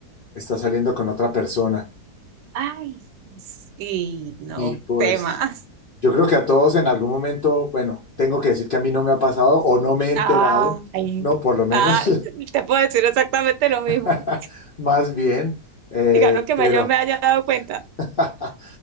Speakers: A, on the left; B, on the right.
A: está saliendo con otra persona.
B: Ay, Sí, no,
A: Y pues
B: temas.
A: yo creo que a todos en algún momento, bueno, tengo que decir que a mí no me ha pasado o no me he enterado,
B: Ah, ahí.
A: no, por lo menos,
B: Ah, te puedo decir exactamente lo mismo.
A: <laughs> más bien, eh,
B: Digamos que
A: pero...
B: me- yo me haya dado cuenta.
A: <laughs>